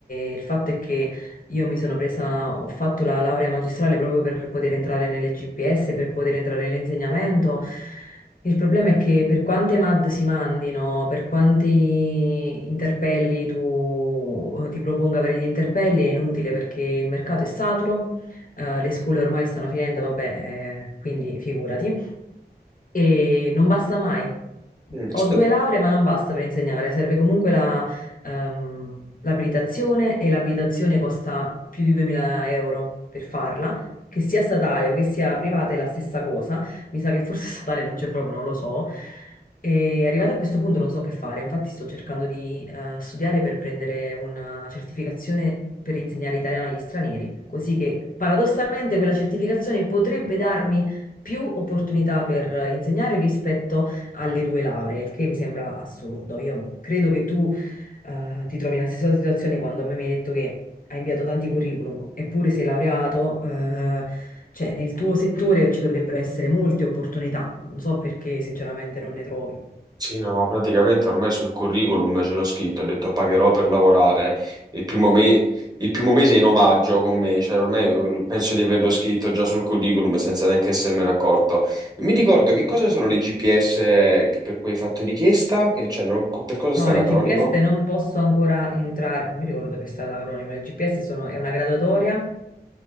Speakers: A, on the left; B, on the right.
A: e il fatto è che io mi sono presa, ho fatto la laurea magistrale proprio per poter entrare nelle GPS, per poter entrare nell'insegnamento. Il problema è che per quante MAD si mandino, per quanti interpelli tu eh, ti proponga per gli interpelli è inutile perché il mercato è saturo, eh, le scuole ormai stanno finendo, vabbè, eh, quindi figurati. E non basta mai.
B: Mm, aspetta.
A: Ho due lauree, ma non basta per insegnare, serve comunque la, ehm, l'abilitazione e l'abilitazione costa più di 2000 euro per farla, che sia statale o che sia privata è la stessa cosa, mi sa che forse <laughs> statale non c'è proprio, non lo so. E arrivata a questo punto non so che fare, infatti sto cercando di eh, studiare per prendere una certificazione per insegnare italiano agli stranieri, così che paradossalmente quella certificazione potrebbe darmi più opportunità per eh, insegnare rispetto alle due lauree, il che mi sembra assurdo. Io credo che tu eh, ti trovi nella stessa situazione quando a me mi hai detto che hai inviato tanti curriculum, eppure sei laureato, eh, cioè nel tuo settore ci dovrebbero essere molte opportunità. Non so perché sinceramente non ne trovi.
B: Sì, no, ma praticamente ormai sul curriculum ce l'ho scritto, ho detto pagherò per lavorare il primo, me- il primo mese in omaggio con me, cioè ormai eh, penso di averlo scritto già sul curriculum senza neanche essermene accorto. Mi ricordo che cosa sono le GPS per cui hai fatto richiesta, che, cioè, non- co- per cosa sta
A: No,
B: l'acronimo?
A: le GPS non posso ancora entrare, non mi ricordo che sta l'acronimo, le GPS sono, è una graduatoria